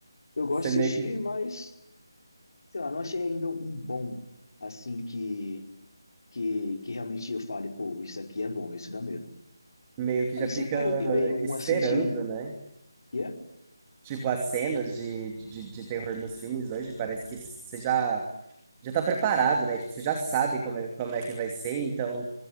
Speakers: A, on the left; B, on the right.
A: eu gosto
B: Você
A: de
B: meio
A: assistir,
B: que,
A: mas, sei lá, não achei ainda um bom, assim, que, que, que realmente eu fale, pô, isso aqui é bom, isso dá medo.
B: meio que
A: Aí
B: já
A: você
B: fica
A: falou também um
B: esperando,
A: assim de,
B: né?
A: que é?
B: Tipo, as cenas de, de, de terror nos filmes hoje, parece que você já, já tá preparado, né? Tipo, você já sabe como é, como é que vai ser, então